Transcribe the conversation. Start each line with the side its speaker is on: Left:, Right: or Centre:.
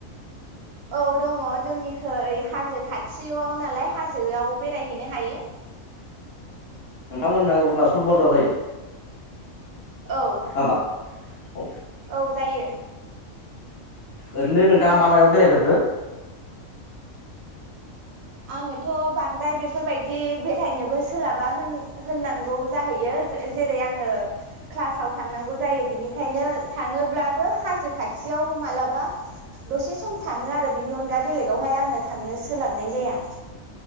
Right: औ दङ जोंनिखै हाजो खाथियाव नालाय हाजोआव बेरायहैनो हायो।
Left: नोंथांमोना अरुनाचल बरदार जायो।
Right: औ।
Left: नामा औ
Right: औ जायो।
Left: ओरैनो नोंथाङा मा-मायाव बेरायफोरखो?
Right: आङोथ बांद्राय बेफोरबायदि बेरायनोबो सोलाबा होन-होननांगौ जाहैयो जे जेरै आङो। क्लासाव थांनांगौ जायो बिनिखायनो थाङोब्लाबो हासो खाथियाव मालाबा दसे सम थाङो आरो बिनि अनगा बेलेगावहाय आङो थांनो सोलाबनाय जाया।